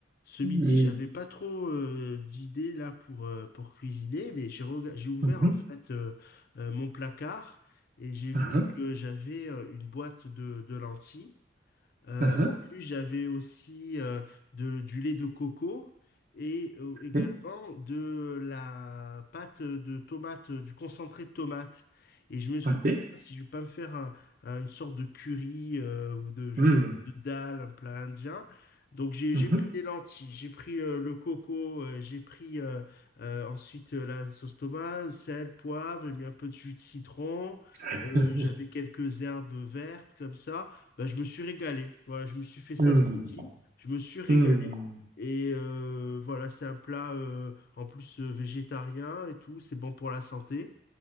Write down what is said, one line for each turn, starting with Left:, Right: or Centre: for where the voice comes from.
Left: Ce
Right: Mhm,
Left: midi, j'avais pas trop euh, d'idées là pour, euh, pour cuisiner, mais j'ai rega- j'ai ouvert
Right: mhm,
Left: en fait euh, euh, mon placard et j'ai vu
Right: aha,
Left: que j'avais euh, une boîte de, de lentilles. Euh,
Right: aha,
Left: en plus, j'avais aussi euh, de- du lait de coco et euh, également
Right: mhm,
Left: de la pâte de tomate, euh, du concentré de tomate. Et je me suis
Right: ok.
Left: dit, Tiens, si je vais pas me faire un- un- une sorte de curry euh, ou de, je
Right: Mhm,
Left: sais pas, de dal, un plat indien. Donc j'ai
Right: mhm.
Left: j'ai pris les lentilles, j'ai pris euh, le coco, euh, j'ai pris euh, euh, ensuite euh, la sauce tomate, sel, poivre, j'ai mis un peu de jus de citron,
Right: <laughs>
Left: euh, j'avais quelques herbes vertes comme ça. Bah, je me suis régalé. Voilà, je me suis fait ça
Right: Mhm,
Left: ce midi. Je me suis régalé.
Right: hmm.
Left: Et euh, voilà, c'est un plat euh, en plus euh, végétarien et tout. C'est bon pour la santé.